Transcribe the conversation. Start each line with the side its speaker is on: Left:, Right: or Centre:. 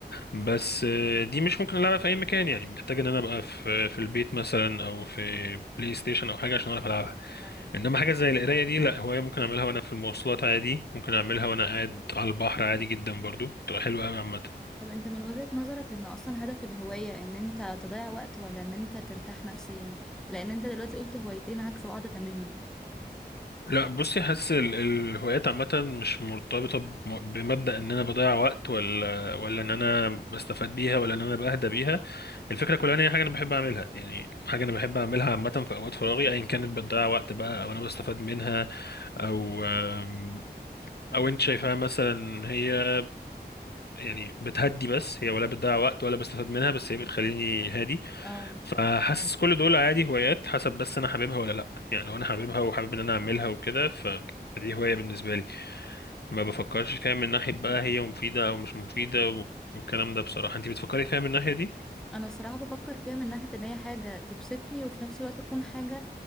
Left: بس آه، دي مش ممكن ألعبها في أي مكان يعني محتاج إن أنا أبقى في في البيت مثلا أو في بلاي ستيشن أو حاجة عشان أعرف ألعبها
Centre: اه
Left: إنما حاجة زي القراية دي لأ هواية ممكن أعملها وأنا في المواصلات عادي ممكن أعملها وأنا قاعد على البحر عادي جدا برضو تبقى حلوة أوي عامة
Centre: طب انت من وجهة نظرك ان اصلا هدف الهواية ان انت تضيع وقت ولا ان انت ترتاح نفسيا لان انت دلوقتي قلت هوايتين عكس بعض تماما
Left: لا بصي حاسس ال- الهوايات عامة مش مرتبطة بم- بمبدأ ان انا بضيع وقت ولا ولا ان انا بستفاد بيها ولا ان انا بهدى بيها الفكرة كلها ان هي حاجة انا بحب اعملها يعني حاجة انا بحب اعملها عامة في اوقات فراغي ايا كانت بتضيع وقت بقى او انا بستفاد منها او آم، او انت شايفاها مثلا هي يعني بتهدي بس هي ولا بتضيع وقت ولا بستفاد منها بس هي بتخليني هادي
Centre: اه
Left: فحاسس كل دول عادي هوايات حسب بس انا حاببها ولا لا يعني لو انا حاببها وحابب ان انا اعملها وكده ف فدي هواية بالنسبة لي ما بفكرش فيها من ناحية بقى هي مفيدة او مش مفيدة و... والكلام ده بصراحة انت بتفكري فيها من الناحية دي
Centre: انا الصراحه بفكر فيها من ناحيه ان هي حاجه تبسطني وفي نفس الوقت تكون حاجه